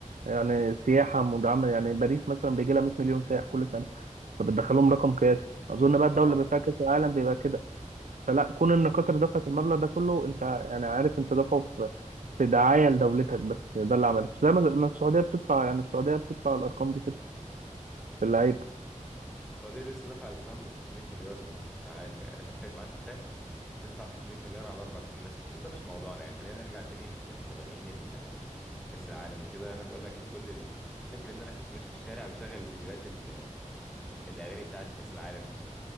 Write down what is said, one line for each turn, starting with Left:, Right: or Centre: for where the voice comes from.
Right: يعني سياحة مدعمة يعني باريس مثلا بيجي لها 100 مليون سائح كل سنة فبتدخلهم رقم قياسي أظن بقى الدولة
Centre: طبعا
Right: اللي بيبقى
Centre: اه
Right: فيها كأس العالم بيبقى كده فلا كون إن قطر دفعت المبلغ ده كله أنت يعني عارف أنت دفعه في في دعاية لدولتك بس هي ده اللي عملته زي ما ما السعودية بتدفع يعني السعودية بتدفع الأرقام دي كده في اللعيبة
Centre: السعودية لسه دافعة لترامب 600 مليار من عا- اتفقت معاه اتفاق هتدفع 600 مليار على أربع سنين بس شوف ده مش موضوعنا يعني خلينا نرجع تاني للمغنيين ال- كأس العالم وكده أنا بقول لك كل ال... أنا فاكر إن أنا كنت ماشي في الشارع بشغل الفيديوهات ال... الأغاني بتاعت كأس العالم دي